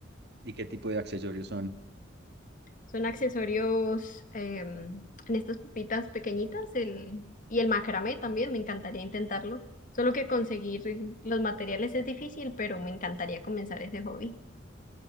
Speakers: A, on the right; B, on the left.
A: ¿Y qué tipo de accesorios son?
B: Son accesorios em, en estas pepitas pequeñitas el, y el macramé también, me encantaría intentarlo, solo que conseguir eh, los materiales es difícil, pero me encantaría comenzar ese hobby.